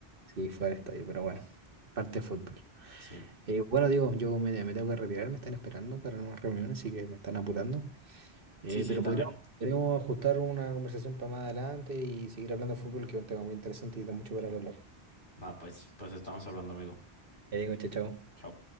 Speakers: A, on the right; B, on the left.
A: sí, fue al estadio, pero
B: <laughs>
A: bueno, parte de fútbol.
B: Sí,
A: Eh, bueno, digo, yo me, me tengo que retirar, me están esperando para una reunión, así que me están apurando. Eh,
B: sí, sí,
A: pero
B: dale.
A: podríamos, podríamos ajustar una conversación para más adelante y seguir hablando de fútbol, que es un tema muy interesante y da mucho
B: <laughs>
A: para hablar.
B: Va, pues, pues estamos hablando, amigo.
A: Ya digo, chao, chao.
B: Chao.